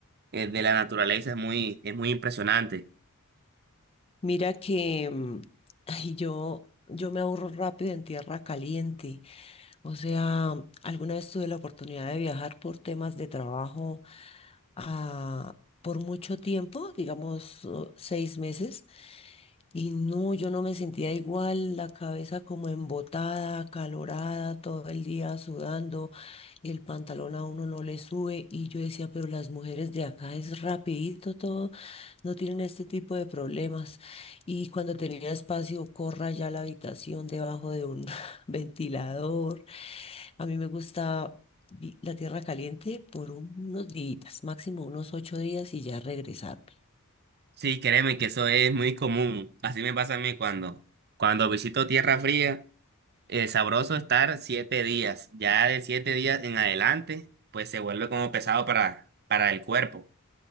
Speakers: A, on the right; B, on the left.
A: eh, de la naturaleza es muy, es muy impresionante.
B: Mira que mm, ay, yo, yo me aburro rápido en tierra caliente. O sea, alguna vez tuve la oportunidad de viajar por temas de trabajo a- por mucho tiempo, digamos uh, seis meses. Y no, yo no me sentía igual, la cabeza como embotada, acalorada, todo el día sudando, el pantalón a uno no le sube y yo decía, pero las mujeres de acá es rapidito todo, no tienen este tipo de problemas. Y cuando tenía espacio, corra ya a la habitación debajo de un <laughs> ventilador. A mí me gusta vi- la tierra caliente por un- unos días, máximo unos ocho días y ya regresar.
A: Sí, créeme que eso es muy común. Así me pasa a mí cuando, cuando visito tierra fría, es sabroso estar siete días. Ya de siete días en adelante, pues se vuelve como pesado para, para el cuerpo.